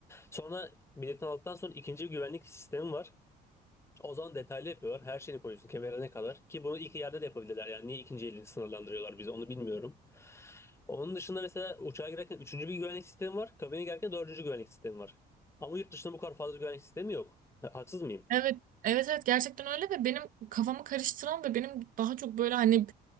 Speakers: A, on the left; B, on the right.
A: Sonra biletini aldıktan sonra ikinci bir güvenlik sistemi var. O zaman detaylı yapıyorlar. Her şeyini koyuyorsun kemerine kadar. Ki bunu ilk yerde de yapabilirler. Yani niye ikinci eli sınırlandırıyorlar bizi onu bilmiyorum. Onun dışında mesela uçağa girerken üçüncü bir güvenlik sistemi var. Kabine girerken dördüncü güvenlik sistemi var. Ama yurt dışında bu kadar fazla güvenlik sistemi yok. Haksız mıyım?
B: Evet, evet evet gerçekten öyle ve benim kafamı karıştıran ve benim daha çok böyle hani